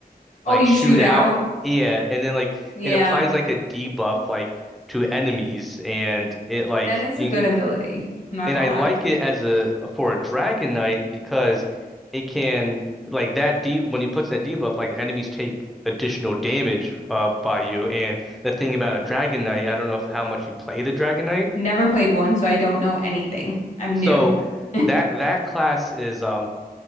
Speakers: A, on the left (about 45°); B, in the centre.
A: Oh,
B: like
A: you
B: shoot
A: shoot
B: out,
A: out?
B: Yeah, and then like
A: Yeah,
B: it applies like a debuff like to enemies, and it like
A: that is
B: in
A: a good ability. I'm not
B: and
A: gonna
B: I
A: lie.
B: like it as a for a Dragon Knight because it can like that deep when he puts that debuff, like enemies take additional damage uh by you. And the thing about a Dragon Knight, I don't know if how much you play the Dragon Knight,
A: Never played one, so I don't know anything. I'm
B: so
A: new. <laughs>
B: that that class is um.